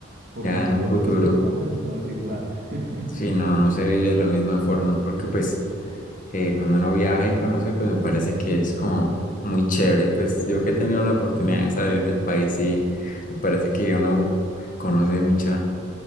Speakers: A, on the right; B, on the left.
A: Por
B: ya
A: más
B: en
A: fotos
B: un futuro.
A: que tomes, no es igual. <laughs>
B: Sí, no, no se vive de la misma forma, porque pues eh, cuando uno viaja y conoce, pues me parece que es como muy chévere. Pues yo que he tenido la oportunidad
A: Ah,
B: de salir del país, sí, me parece que uno conoce mucha,